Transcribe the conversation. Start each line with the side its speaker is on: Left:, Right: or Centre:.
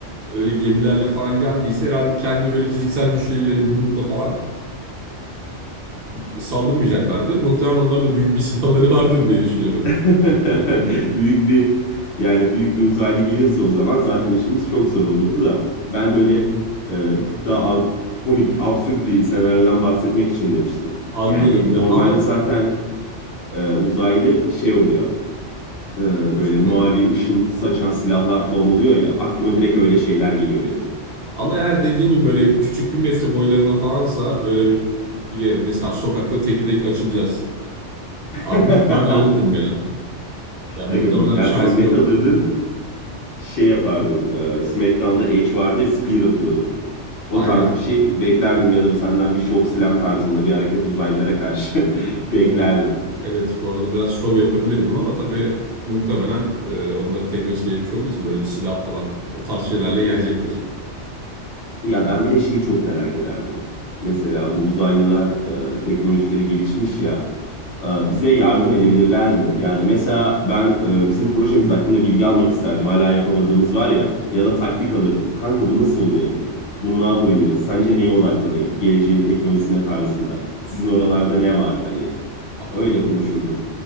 Right: öyle gemilerle falan geldiyse herhalde kendi böyle fiziksel güçleriyle yumrukla falan e, saldırmayacaklardır. Muhtemelen onlarda da büyük bir <laughs> silahları vardır diye düşünüyorum.
Left: <laughs>
Right: Yani
Left: Büyük bir yani büyük bir uzaylı gelirse o zaman zaten işimiz çok zor olurdu da. Ben böyle e, bir tık daha ab- komik, absürt bir senaryodan bahsetmek için demiştim.
Right: anladım
Left: Yani
Right: ya
Left: normalde
Right: ama
Left: zaten e, uzaylı şey oluyor. e,
Right: küçük
Left: böyle mavi
Right: mü?
Left: ışın saçan silahlar falan oluyor ya. Aklıma direkt öyle şeyler geliyor benim.
Right: Ama eğer dediğin gibi böyle küçük bir metre boylarına falansa böyle bir, bir de mesela sokakta teke tek açılacağız. Abi
Left: <laughs>
Right: muhtemelen alırdım ya. Ya muhtemelen
Left: Aga, mu- ya
Right: şans
Left: sen net
Right: yok.
Left: alırdın şey yapardın. E, SmackDown'da Edge vardı ya spear atıyordu.
Right: Aynen.
Left: O tarz bir şey beklerdim ya da senden bir şok silem tarzında bir hareket uzaylılara karşı <laughs> beklerdim.
Right: Ya Evet bu arada biraz şov yapabilirdim ama tabii muhtemelen e, onlara teknoloji gelişmiş olduğu için böyle bir silah falan o tarz şeylerle gelecektir.
Left: Ya ben bir de şeyi çok merak ederdim. Mesela bu uzaylılar e, teknolojileri gelişmiş ya e, bize yardım edebilirler mi? Yani mesela ben e, bizim projemiz hakkında bilgi almak isterdim. Hala yapamadığımız var ya ya da taktik alırdım. Kanka bu nasıl oluyor hani? Bunu ne yapabiliriz? Sence neye odaklanayım? Geleceğin teknolojisine tarzında. Sizin oralarda ne var? Hani
Right: Anladım.
Left: öyle konuşurdum.